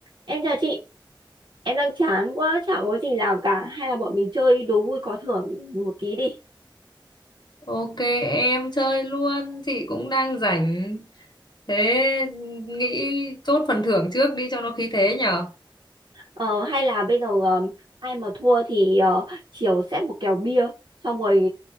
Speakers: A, on the right (about 65°); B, on the left (about 55°).
A: Em chào chị, em đang chán quá, chả có gì làm cả. Hay là bọn mình chơi đố vui có thưởng một tí đi.
B: Ok em chơi luôn, chị cũng đang rảnh. Thế nghĩ chốt phần thưởng trước đi cho nó khí thế nhở.
A: Ờ, hay là bây giờ ờ, ai mà thua thì ờ, chiều xếp một kèo bia, xong rồi